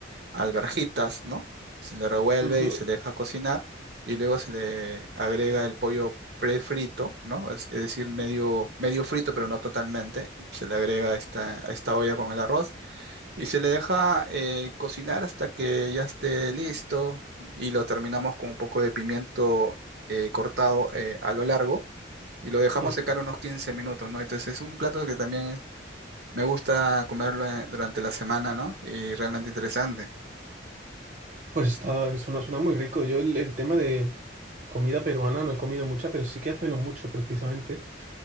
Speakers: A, on the right; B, on the right.
A: alverjitas, ¿no? Se le revuelve
B: Ujú.
A: y se le deja cocinar y luego se le agrega el pollo prefrito, ¿no? Es, es decir, medio, medio frito, pero no totalmente. Se le agrega esta, a esta olla con el arroz y se le deja eh, cocinar hasta que ya esté listo y lo terminamos con un poco de pimiento eh, cortado eh, a lo largo y lo dejamos
B: Mm.
A: secar unos 15 minutos, ¿no? Entonces es un plato que también me gusta comerlo eh, durante la semana, ¿no? Y realmente interesante.
B: Pues está, suena, suena muy rico. Yo el, el tema de comida peruana no he comido mucha, pero sí que hace no mucho precisamente.